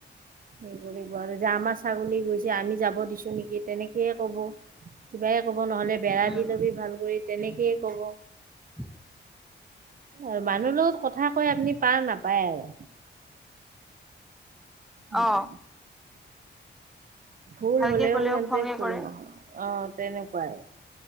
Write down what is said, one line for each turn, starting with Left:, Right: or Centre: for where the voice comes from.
Right: সেই কৰিব আৰু যে আমাৰ ছাগলী গৈছে। আমি যাব দিছো নেকি তেনেকে। সে কব কিবাই কব নহ'লে বেৰা
Centre: উম
Right: দি লবি ভাল কৰি তেনেকেই কব।
Centre: উম <unintelligible>
Right: আৰু মানুহৰ লগত কথা কয় আপুনি পাৰ নাপায় আৰু। উম
Centre: অ
Right: ভুল
Centre: ভালকে
Right: হলেও
Centre: কলেও
Right: ইমানতে
Centre: খঙে
Right: ভুল
Centre: কৰে
Right: নহয় অহ তেনেকোৱাই